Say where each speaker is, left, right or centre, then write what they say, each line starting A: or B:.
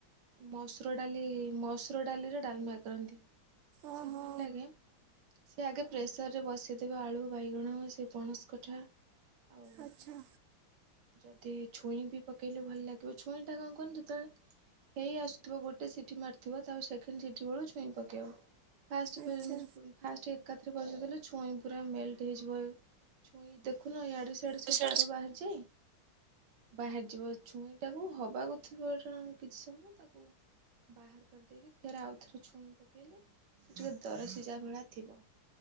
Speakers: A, on the right (about 65°); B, on the right (about 80°).
A: ମସୁର ଡାଲି-ମସୁର ଡାଲିରେ ଡାଲ୍ମା କରନ୍ତି।
B: ଓହୋ
A: ସେ ଭଲ୍ ଲାଗେ। ସେ ଆଗେ ପ୍ରେସର୍ ରେ ବସିଥିବ ଆଳୁ, ବାଇଗଣ, ସେ ପଣସ କଠା ଆଉ
B: ଆଛା।
A: ଯଦି ଛୁଇଁ ବି ପକେଇଲେ ଭଲ ଲାଗିବ ଛୁଇଁ ଟା କଣ କୁହନି ଯେତେବେଳେ ହେଇ ଆସୁଥିବ ଗୋଟେ ସିଟି ମାରିଥିବ ତା ସେକେଣ୍ଡ୍ ସିଟିି ବେଳକୁ ଛୁଇଁ ପକେଇବ। ଫାଷ୍ଟ୍ <unintelligible>
B: ଆଚ୍ଛା।
A: ଫାଷ୍ଟ ଏକାଥରେ ବସେଦଲେ ଛୁଇଁ ପୁରା ମେଲ୍ଟ୍ ହେଇଯିବ ଛୁଇଁ ଦେଖୁନ ଇଆଡେ ଏରା ସବୁ
B: ଆଚ୍ଛା
A: ପାରୁ ବାହାରୁଚି। ବାହାରି ଯିବ ଛୁଇଁଟାକୁ ହବାକୁ ଥିବ-ର କିଛି ସମୟ ତାକୁ ବାହାର କରିଦେଇକି ଫେରେ ଆଉ ଥରେ ଛୁଇଁ ପକେଇଲେ ସେ ଟିକେ ଦର ସିଜା ଭଳିଆ ଥିବ।